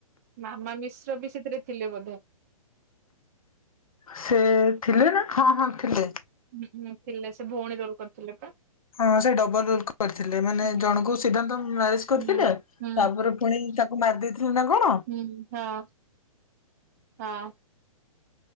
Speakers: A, on the right (about 25°); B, on the left (about 70°).
A: ମାମା ମିଶ୍ର ବି ସେଥିରେ ଥିଲେ ବୋଧେ।
B: ସେ ଥିଲେ ନା ହଁ ହଁ ଥିଲେ।
A: ହୁଁ ହୁଁ ଥିଲେ ସେ ଭଉଣୀ ରୋଲ କରିଥିଲେ ପା।
B: ହଁ ସେ ଡବଲ ରୋଲ୍ କରିଥିଲେ ମାନେ
A: ହୁଁ
B: ଜଣଙ୍କୁ ସିଦ୍ଧାନ୍ତ ମ୍ୟାରେଜ କରିଥିଲେ
A: ହୁଁ ହୁଁ
B: ତାପରେ ପୁଣି ତାକୁ ମାରି ଦେଇଥିଲେ ନା କଣ
A: ହଁ ହଁ ହଁ।